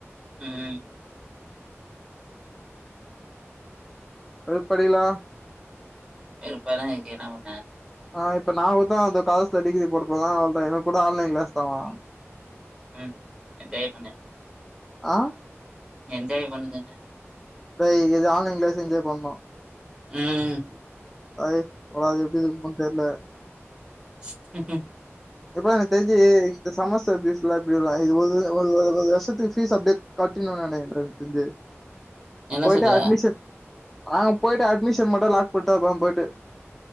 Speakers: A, on the right (about 20°); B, in the centre.
A: உம்
B: எதுப்படிக்கல
A: வெறுப்பா தா இருக்கேன் நா உன்ன
B: ஆ இப்போ நா கூ தா கரஸ்ல டிகிரி போடப்போற அவ்ளோதா எனக்கு கூட ஆன்லைன் கிளாஸ்தாண்ணா
A: ம் என்ஜாய் பண்ணு
B: ஆ
A: என்ஜாய் பண்ணுங்கன
B: ஏய் இது ஆன்லைன் கிளாஸ் என்ஜாய் பண்னோ
A: ம்
B: ஐ போடா அது எப்டி இருக்கும் தெர்ல
A: <unintelligible>
B: எப்பா எனக் தெரிஞ்சு இந்த சமஸ்டர் பீஸ்ல எல்லா எப்டிலாம் இதுபது ஒரு வருஷத்துக்கு பீஸ் அப்டியே கட்டணும்னு எனக்கு தெரிஞ்சு
A: என்ன
B: போயிட்டு
A: சொல்ற
B: அட்மிஷன் ஆ போயிட்டு அட்மிஷன் மட்டும் லாக் போட்டாப் அப்றோ போய்டு